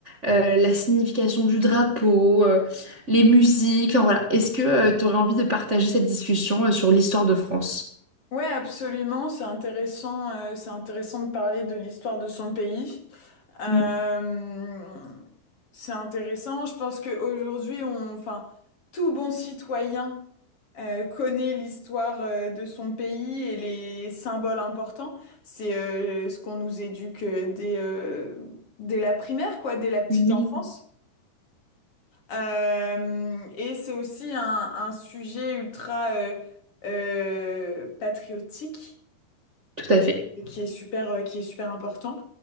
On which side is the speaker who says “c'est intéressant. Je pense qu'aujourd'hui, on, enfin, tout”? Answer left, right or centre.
Left